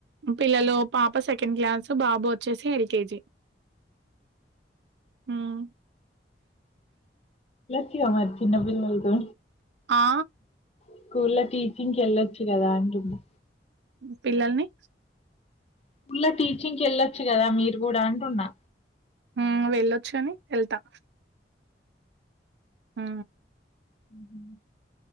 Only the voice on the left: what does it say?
క గా మరి చిన్న పిల్లలతో
స్కూల్లో టీచింగ్ కి వెళ్ళొచ్చు కదా అంటుంది
స్కూల్లో టీచింగ్ కి వెళ్ళొచ్చు కదా మీరు కూడా అంటున్నా
హ్మ్